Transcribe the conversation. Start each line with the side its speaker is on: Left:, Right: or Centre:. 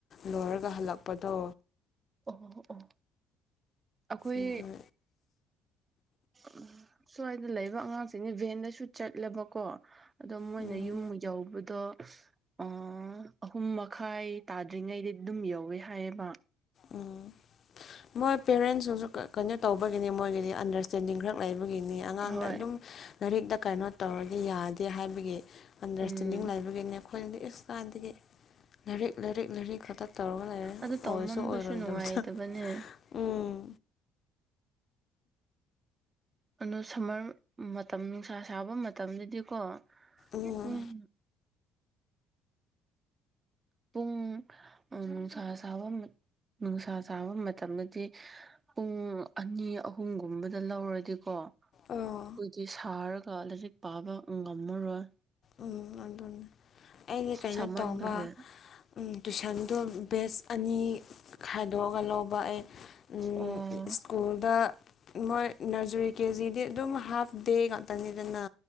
Left: ꯂꯣꯏꯔꯒ ꯍꯜꯂꯛꯄꯗꯣ
Right: ꯑꯣ ꯑꯣ ꯑꯩꯈꯣꯏ
Left: ꯑꯗꯨ
Right: ꯎꯝ ꯁ꯭ꯋꯥꯏꯗ ꯂꯩꯕ ꯑꯉꯥꯡꯁꯤꯡꯅꯦ ꯚꯦꯟꯗꯁꯨ ꯆꯠꯂꯦꯕꯀꯣ ꯑꯗꯣ ꯃꯣꯏꯅ
Left: ꯎꯝ
Right: ꯌꯨꯝ ꯌꯧꯕꯗꯣ ꯑꯥ ꯑꯍꯨꯝ ꯃꯈꯥꯏ ꯇꯥꯗ꯭ꯔꯤꯉꯩꯗꯤ ꯑꯗꯨꯝ ꯌꯧꯋꯦ ꯍꯥꯏꯌꯦꯕ
Left: ꯎꯝ ꯃꯣꯏ ꯄꯦꯔꯦꯟꯁꯤꯡꯁꯨ ꯀꯩꯅꯣ ꯇꯧꯕꯒꯤꯅꯤ ꯃꯣꯏꯒꯤꯗꯤ ꯑꯟꯗꯔꯁꯇꯦꯟꯗꯤꯡ ꯈꯔ ꯂꯩꯕꯒꯤꯅꯤ ꯑꯉꯥꯡꯗ
Right: ꯍꯣꯏ
Left: ꯑꯗꯨꯝ ꯂꯥꯏꯔꯤꯛꯇ ꯀꯩꯅꯣ ꯇꯧꯔꯗꯤ ꯌꯥꯗꯦ ꯍꯥꯏꯕꯒꯤ ꯑꯟꯗꯔꯁꯇꯦꯟꯗꯤꯡ
Right: ꯎꯝ
Left: ꯂꯩꯕꯒꯤꯅꯦ ꯑꯩꯈꯣꯏꯅꯗꯤ ꯑꯁ ꯀꯥꯏꯗꯒꯤ ꯂꯥꯏꯔꯤꯛ ꯂꯥꯏꯔꯤꯛ ꯂꯥꯏꯔꯤꯛ ꯈꯛꯇ ꯇꯧꯔꯒ ꯂꯩꯔꯦ
Right: ꯑꯗꯨ ꯇꯧꯃꯟꯕꯁꯨ
Left: ꯑꯣꯏꯁꯨ ꯑꯣꯏꯔꯣꯏꯗꯧꯗ
Right: ꯅꯨꯡꯉꯥꯏꯇꯕꯅꯦ
Left: ꯎꯝ
Right: ꯑꯗꯣ ꯁꯝꯃꯔ ꯃꯇꯝ ꯅꯨꯡꯁꯥ ꯁꯥꯕ ꯃꯇꯝꯗꯗꯤꯀꯣ
Left: ꯎꯝ
Right: ꯄꯨꯡ ꯄꯨꯡ ꯅꯨꯡꯁꯥ ꯁꯥꯕ ꯅꯨꯡꯁꯥ ꯁꯥꯕ ꯃꯇꯝꯗꯗꯤ ꯄꯨꯡ ꯑꯅꯤ ꯑꯍꯨꯝꯒꯨꯝꯕꯗ ꯂꯧꯔꯗꯤꯀꯣ ꯑꯩꯈꯣꯏꯒꯤ
Left: ꯑꯣ
Right: ꯁꯥꯔꯒ ꯂꯥꯏꯔꯤꯛ ꯄꯥꯕ ꯉꯝꯃꯔꯣꯏ
Left: ꯎꯝ ꯑꯗꯨꯅꯦ ꯑꯩꯗꯤ ꯀꯩꯅꯣ
Right: ꯁꯥꯃꯟꯕꯒꯤ
Left: ꯇꯧꯕ ꯎꯝ ꯇꯨꯏꯁꯟꯗꯣ ꯕꯦꯁ ꯑꯅꯤ ꯈꯥꯏꯗꯣꯛꯑꯒ ꯂꯧꯕ ꯑꯩ ꯎꯝ
Right: ꯑꯣ
Left: ꯁ꯭ꯀꯨꯜꯗ ꯃꯣꯏ ꯅꯔꯖꯔꯤ ꯀꯦ ꯖꯤꯗꯤ ꯑꯗꯨꯝ ꯍꯥꯐ ꯗꯦ ꯉꯥꯛꯇꯅꯤꯗꯅ